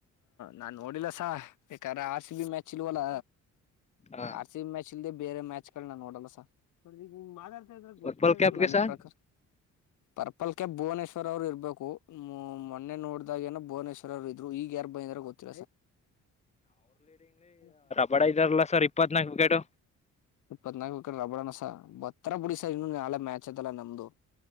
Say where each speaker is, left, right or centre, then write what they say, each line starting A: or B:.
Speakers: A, on the left; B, on the left.
A: ನಾನ್ ನೋಡಿಲ್ಲ ಸರ್ ಬೇಕಾದ ಆಸೆ ಬಿ ಮ್ಯಾಚ್ ಇಲ್ವಲ್ಲ
B: ಹ
A: ಆರ್ ಸಿ ಬಿ ಮ್ಯಾಚ್ ಇಲ್ದೆ ಬೇರೆ ಮ್ಯಾಚ್ ಕಣ ನೋಡಲ್ಲ ಸರ್ ನಡಗ ನಿಮ್ ಮಾತಾಡ್ತಾ ಇದ್ರ ಗೊತ್ತಿ
B: ಪರ್ಪಲ್
A: ಆಗ
B: ಕ್ಯಾಪ್ಗೆ
A: ನನ್
B: ಸರ್
A: ಪ್ರಕಾರ ಪರ್ಪಲ್ ಕೆ ಭುವನೇಶ್ವರ್ ಅವರುರ್ಬೇಕು ಮೊನ್ನೆ ನೋಡ್ದಾಗ ಏನೋ ಭುವನೇಶ್ವರ್ ಅವ್ರು ಇದ್ರು ಈಗ ಯಾರಾರ್ ಬಂದ್ರ ಗೊತ್ತ <unintelligible>
B: ಬಡ ಇದಾರಲ್ಲ ಸರ್ ಇಪ್ಪತ್ನಾಕಕ್ ವಿಕೆಟ್
A: ಇಪ್ಪತ್ನಾಲ್ಕು ಕಡೆ ರಬ್ಬಳಣಸ ಬತ್ತತ್ರ ಬುಡಿಸ ಇನ್ನು ನಾ ಮ್ಯಾಚ್ ಅದಲ್ಲ ನಮ್ದು